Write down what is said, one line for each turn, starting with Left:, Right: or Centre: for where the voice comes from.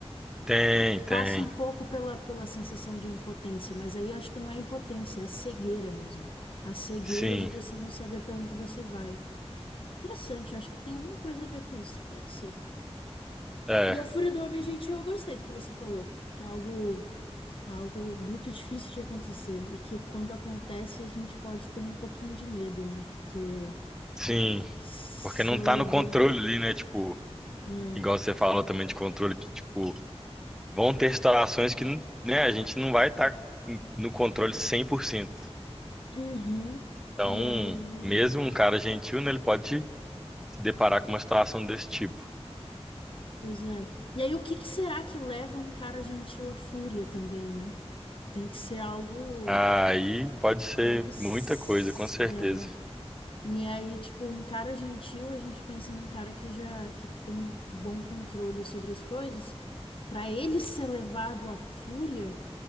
Centre: tem, tem.
Left: Passa um pouco pela, pela sensação de impotência, mas aí eu acho que não é impotência, é a cegueira mesmo. A cegueira
Centre: Sim,
Left: de você não saber pra onde você vai. Interessante, eu acho que tem alguma coisa a ver com isso, pode ser.
Centre: é,
Left: E a fúria do homem gentil, eu gostei do que você falou, que é algo, algo muito difícil de acontecer e que quando acontece a gente pode ter um pouquinho de medo, né? Porque
Centre: sim.
Left: se
Centre: Porque não
Left: eu
Centre: tá
Left: levei.
Centre: no controle ali, né? Tipo,
Left: É,
Centre: igual você falou também de controle, que, tipo, vão ter situações que, né, a gente não vai estar no controle 100%.
Left: uhum,
Centre: Então,
Left: e aí.
Centre: mesmo um cara gentil, né, ele pode se deparar com uma situação desse tipo.
Left: Pois é. E aí, o que que será que leva um cara gentil à fúria também, né? Tem que ser algo,
Centre: Aí pode ser
Left: algo, s-
Centre: muita coisa, com certeza.
Left: é. E aí, tipo, um cara gentil, a gente pensa num cara que já que tem bom controle sobre as coisas. Pra ele ser levado à fúria,